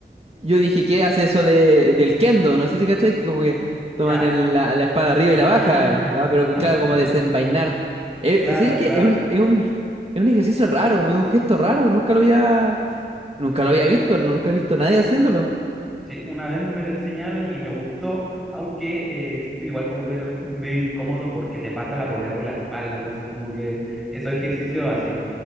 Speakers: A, on the right (about 30°); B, in the centre.
A: Yo dije, ¿qué hace eso de, del kendo? No sé si cachai, que como que toman
B: Ya.
A: el- la, la espada arriba
B: Ah,
A: y la baja, ¿va? Pero
B: no,
A: claro,
B: <laughs>
A: como desenvainar. Eh,
B: claro,
A: eh, ¿sabes qué?
B: claro.
A: Es un, es un, es un ejercicio raro, es un gesto raro, nunca lo había, nunca lo había visto, nunca he visto a nadie haciéndolo.
B: Sí, una vez me lo enseñaron y me gustó, aunque eh, siento que igual como que de repente es medio incómodo porque te pasa la polea por la espalda, entonces como que esos ejercicios así.